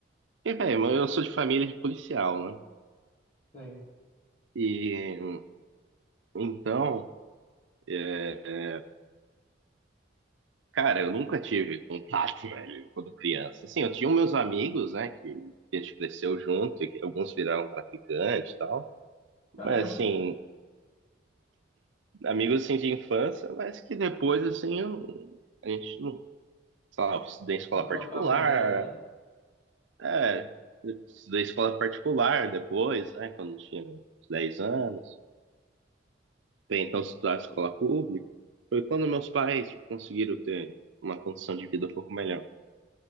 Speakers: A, on the right; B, on the left.
A: E, velho, eu sou de família de policial, né?
B: Sei.
A: E então. é, Cara, eu nunca tive contato, <laughs> velho, quando criança. Assim, eu tinha meus amigos, né, que que a gente cresceu junto, e que alguns viraram traficantes e tal.
B: Caramba,
A: Mas, assim, amigos, assim, de infância, mas que depois, assim, eu- a gente, não- sei lá, eu estudei em escola
B: não trocava
A: particular,
B: ideia, né?
A: é, eu estudei em escola particular depois, né, quando tinha uns 10 anos. Até então, estudar em escola pública. Foi quando meus pais, tipo, conseguiram ter uma condição de vida um pouco melhor.